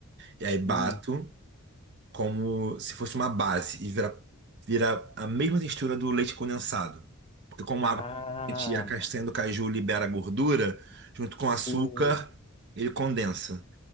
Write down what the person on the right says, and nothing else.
E aí bato
como se fosse uma base e vira, vira a mesma textura do leite condensado. Porque como
a água e a castanha do caju libera gordura, junto com
o açúcar, ele condensa.